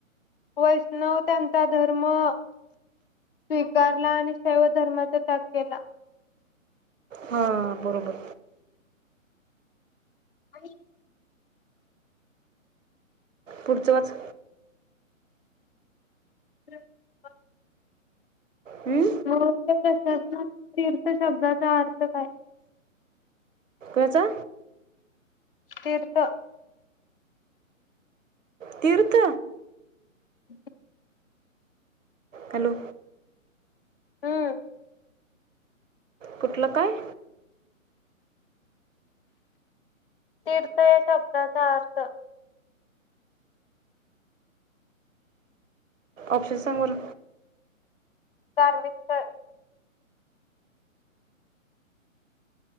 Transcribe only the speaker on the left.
वैष्णव त्यांचा धर्म स्वीकारला आणि शैव धर्माचा त्याग केला
आणि
त <unintelligible>
मग प्रशासना तीर्थ शब्दाचा अर्थ काय
तिर्थ
हम
हम्म
तीर्थ या शब्दाचा अर्थ
धार्मिक स्थळ